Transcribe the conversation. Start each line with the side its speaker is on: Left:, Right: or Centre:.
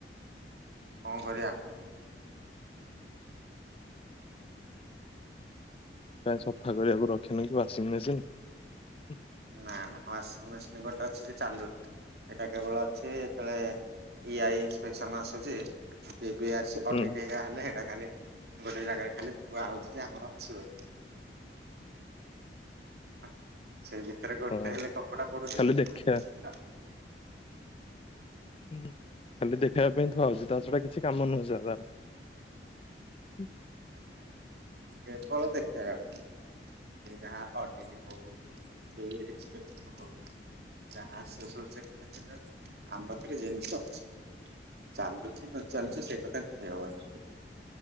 Right: କଣ କରିବା।
Left: କାଇଁ ସଫା କରିବାକୁ ରଖିନ କି ୱାସିଂ ମେସିନ।
Right: ନା ନା ୱାସିଂ ମେସିନ ଗୋଟେ ଅଛି ଯେ ଚାଲୁନି ଏଇଟା କେବଳ ଅଛି ଯେତଳେ ଆଇ ଇନ୍ସପେକ୍ସନ ଆସୁଛି। ଏବେ ଆସି
Left: ହୁଁ
Right: ଅଡିଟ ଏହା ହେଲେ ସେଟା ଖାଲି ଗୋଟେ ଜାଗାରେ ଖାଲି ଥୁଆ ହଉଛି। ଆମର ଅଛି ବୋଲି। ହ ସେଇ ଭିତରେ ଗୋଟେ
Left: ହଁ
Right: ହେଲେ କପଡା ପଡୁନି
Left: ଖାଲି
Right: କି
Left: ଦେଖିବା
Right: ଚାଲୁନି।
Left: ହୁଁ ଖାଲି ଦେଖେଇବା ପାଇଁ ଥୁଆ ହଉଛି, ତା ଛଡା କିଛି କାମ ନୁହେଁ ସେରା ତାର। ହୁଁ <inaudible>
Right: କେବଳ ଦେଖେଇବା ପାଇଁ। ସେ ଯାହା ଅଡ଼ିଟ ହଉ କି ଇନ୍ସପେକ୍ସନ ହଉ। ଯାହା ଆସିବ ସବୁ ଚେକ୍ କରିଦିଆଯାଉଛି। ଆମ ପାଖରେ ଜିନିଷ ଅଛି ଚାଲୁ କି, ନ ଚାଲୁଛି, ସେ ତ ତାକୁ ଦେଇହବନି।